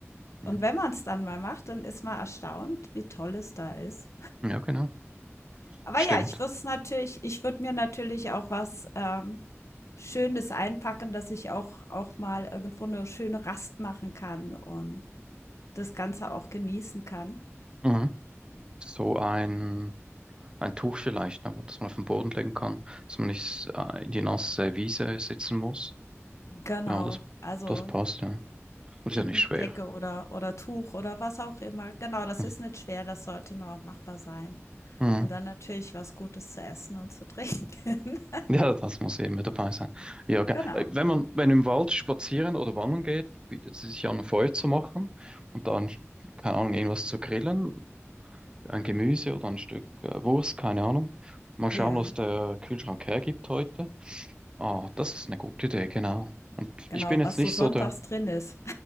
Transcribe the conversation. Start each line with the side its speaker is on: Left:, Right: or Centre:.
Right: mhm.
Left: Und wenn man es dann mal macht, dann ist man erstaunt, wie toll es da ist.
Right: Ja, genau.
Left: Aber
Right: Stimmt.
Left: ja, ich würde natürlich ich würde mir natürlich auch was, ähm, Schönes einpacken, dass ich auch auch mal irgendwo eine schöne Rast machen kann und das Ganze auch genießen kann.
Right: Mhm. So ein Ein Tuch vielleicht, aber dass man auf den Boden legen kann, dass man nicht äh, in die nasse Wiese sitzen muss.
Left: Genau,
Right: Ja, das,
Left: also
Right: das passt, ja. Und ist
Left: Picknickdecke
Right: ja nicht schwer.
Left: oder oder Tuch oder was auch immer. Genau, das
Right: Mhm.
Left: ist nicht schwer, das sollte noch machbar sein.
Right: Mhm.
Left: Und dann natürlich was Gutes zu essen und zu trinken. <laughs>
Right: Ja, das muss eben mit dabei sein. Ja, ge-
Left: Genau.
Right: äh, wenn man, wenn im Wald spazieren oder wandern geht, bietet es sich ja an, ein Feuer zu machen und dann, keine Ahnung, irgendwas zu grillen, ein Gemüse oder ein Stück äh, Wurst, keine Ahnung. Mal
Left: Ja,
Right: schauen, was der Kühlschrank hergibt heute. Ah, das ist eine gute Idee, genau. Und
Left: genau,
Right: ich bin jetzt
Left: was
Right: nicht
Left: so sonntags
Right: so der,
Left: drin ist.